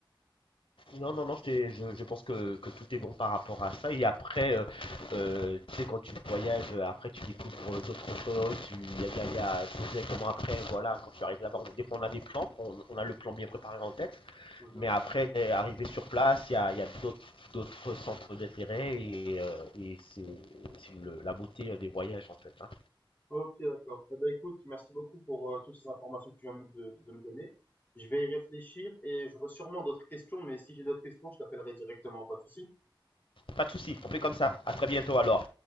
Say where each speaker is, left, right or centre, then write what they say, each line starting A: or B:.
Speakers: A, on the left; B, on the left.
A: Non, non, non, c'est- je, je pense que, que tout est bon par rapport à ça. Et après, euh, euh, tu sais, quand tu voyages, euh, après, tu découvres euh, d'autres choses. Tu, y a, y a- y a- c'est directement après, voilà, quand tu arrives là-bas, on, des fois, on a des plans, on, on a le plan bien préparé en tête.
B: Mhm.
A: Mais après, dès- arrivé sur place, il y a, y a d'autres, d'autres centres d'intérêt et, euh, et c'est, c'est le- la beauté euh, des voyages, en fait. hein.
B: Ok, d'accord. Eh ben, écoute, merci beaucoup pour euh, toutes ces informations que tu viens me- de, de me donner. Je vais y réfléchir et j'aurai sûrement d'autres questions, mais si j'ai d'autres questions, je t'appellerai directement, pas de souci.
A: Pas de souci, on fait comme ça. À très bientôt alors.